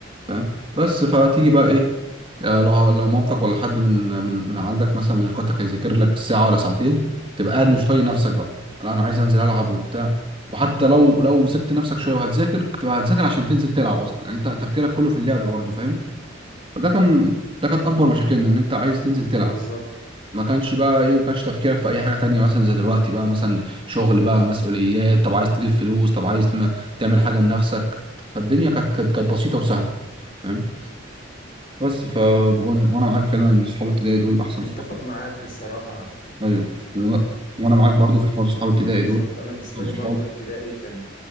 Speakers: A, on the right; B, on the left.
A: فاهم بس فتيجي بقى ايه آه، لو لو مامتك ولا حد من من من عندك مثلا من اخواتك هيذاكر لك ساعه ولا ساعتين تبقى قاعد مش طايق نفسك بقى لا انا عايز انزل العب وبتاع وحتى لو لو مسكت نفسك شويه وهتذاكر تبقى هتذاكر عشان تنزل تلعب اصلا يعني انت تفكيرك كله في اللعب برضه فاهم فده كان ده كانت اكبر مشاكلنا ان انت عايز تنزل تلعب
B: بالظبط
A: ما كانش بقى ايه ما كانش تفكيرك في اي حاجه تانية مثلا زي دلوقتي بقى مثلا شغل بقى مسؤوليات طب عايز تجيب فلوس طب عايز تم- تعمل حاجه لنفسك فالدنيا كانت كانت كانت بسيطه وسهله فاهم بس ف وأن- وانا معاك فعلا ان صحاب ابتدائي دول احسن
B: متفق
A: صحاب
B: معاك الصراحة
A: ايوه و- وانا معاك برضو في حوار صحاب ابتدائي
B: بالظبط
A: دول
B: أنا بالنسبة
A: احسن
B: لي برضو
A: صحاب
B: الابتدائي كانت